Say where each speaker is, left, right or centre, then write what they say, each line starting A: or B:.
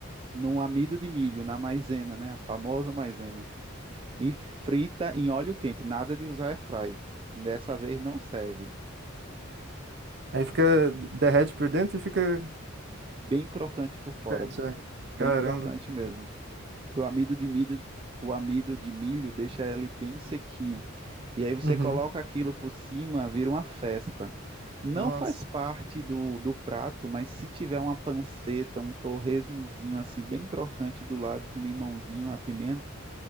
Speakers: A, on the right (about 25°); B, on the right (about 50°).
A: num amido de milho, na maisena, né? A famosa maisena. E frita em óleo quente, nada de usar airfry. Dessa vez não serve.
B: Aí fica,
A: Fri-
B: derrete por dentro e fica
A: Bem crocante por fora,
B: crocante, é.
A: bem
B: Caramba.
A: crocante mesmo. que o amido de milho, o amido de milho deixa ele bem sequinho. E aí você
B: Uhum.
A: coloca aquilo por cima, vira uma festa. Não
B: Nossa,
A: faz parte do, do prato, mas se tiver uma panceta, um torresmozinho assim bem crocante do lado com limãozinho, a pimenta,